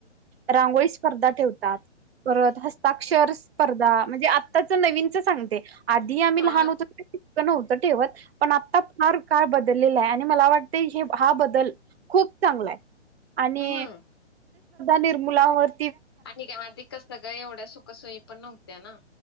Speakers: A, on the right; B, on the left.
A: रांगोळी स्पर्धावतात परत हस्ताक्षर स्पर्धा म्हणजे आताच नवीनच सांगते आधी आम्ही
B: हा
A: लहान होतो त ठेव पण आता फ काळ बदल आहे आणि मला वाटत हा बदल. खूप चांगला आहे आणि
B: हम्म
A: निर्मूलावर
B: आणि आधीिक सगळं एवढ्या सुखसोयी पण नव्हत्या ना.